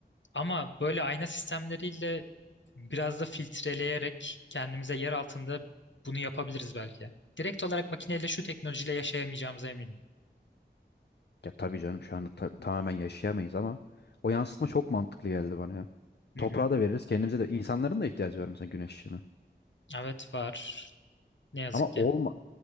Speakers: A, on the left (about 80°); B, on the left (about 65°).
A: Ama böyle ayna sistemleriyle biraz da filtreleyerek kendimize yer altında bunu yapabiliriz belki. Direkt olarak makineyle şu teknolojiyle yaşayamayacağımıza eminim.
B: Ya tabii canım şu anda ta- tamamen yaşayamayız ama o yansıtma çok mantıklı geldi bana ya.
A: Hı
B: Toprağa
A: hı.
B: da veririz, kendimize de insanların da ihtiyacı var mesela güneş ışığına.
A: Evet var. Ne yazık
B: Ama
A: ki.
B: olma